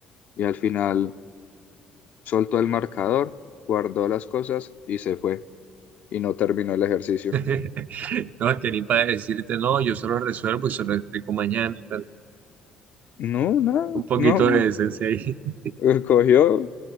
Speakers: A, on the left (about 50°); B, on the right (about 50°).
A: Y al final soltó el marcador, guardó las cosas y se fue. Y no terminó el ejercicio.
B: <laughs> no, es que ni para decirte, no, yo solo resuelvo y se lo explico mañana y tal.
A: No, nada,
B: Un poquito
A: no.
B: de decencia ahí. <laughs>
A: Eh, Cogió,